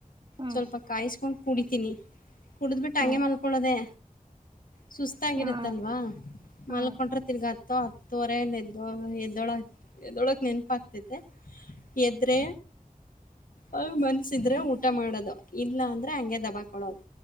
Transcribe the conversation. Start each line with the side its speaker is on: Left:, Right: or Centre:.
Right: ಹ್ಮ್
Left: ಸ್ವಲ್ಪ ಕಾಯಿಸ್ಕೊಂಡ್ ಕುಡಿತೀನಿ ಕುಡ್ದ್ ಬಿಟ್ಟು
Right: ಹ್ಮ್
Left: ಹಂಗೆ ಮಲ್ಕೊಳ್ಳದೆೇ ಸುಸ್ತಾಗಿರುತ್ತಲ್ವಾ
Right: ಹಾ ಹಾ
Left: ಮಲ್ಕೊಂಡ್ರೆ ತಿರ್ಗಾ ಹತ್ತುವರೆಂಗೆ ಎದ್ದ ಎದ್ದೋಳಕ್ ಎದೋಳಕ್ ನೆನಪಾಗಗ್ತೈತೆ ಎದ್ರೆ ಅ ಮನ್ಸಿದ್ರೆ ಊಟ ಮಾಡೋದು ಇಲ್ಲ ಅಂದ್ರೆ ಹಂಗೆ ದಬಾಕೊಳ್ಳೊದು